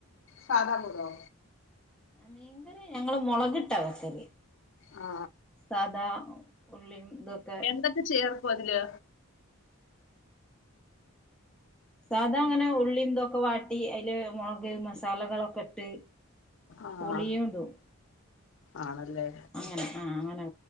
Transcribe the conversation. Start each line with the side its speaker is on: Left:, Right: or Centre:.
Left: സാദാമുറോ.
Centre: മീങ്കറി ഞങ്ങള് മൊളകിട്ടാ വെക്കല്
Left: ആ
Centre: സാധാ -- ഉള്ളിം ഇതൊക്
Left: എന്തൊക്കെ ചേർക്കും അതില്.
Centre: സാധാ അങ്ങനെ ഉള്ളി ഇന്തൊക്കെ വാട്ടി അയ്ല് മൊളക് മസാലകളൊക്കെ ഇട്ട്.
Left: ആഹ്
Centre: പുളിയും ഇടും
Left: ആണല്ലെ.
Centre: അങ്ങനെ. ആ അങ്ങനെ